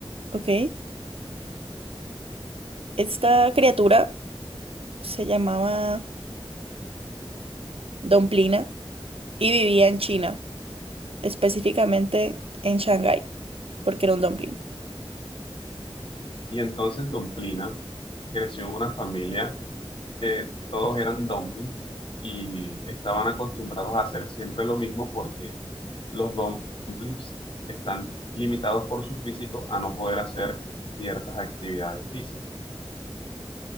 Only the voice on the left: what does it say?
Y entonces Domplina creció en una familia que todos eran dumplings y estaban acostumbrados a hacer siempre lo mismo porque los domplips están limitados por su físico a no poder hacer ciertas actividades físicas.